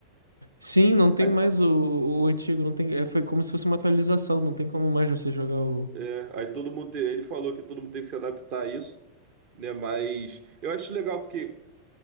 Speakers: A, on the right; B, on the right.
A: Sim, não tem
B: Aí,
A: mais o, o antigo, não tem... é, foi como se fosse uma atualização, não tem como mais você jogar o...
B: é, aí todo mundo, te- ele falou que todo mundo teve que se adaptar a isso, né? Mas eu acho legal porque,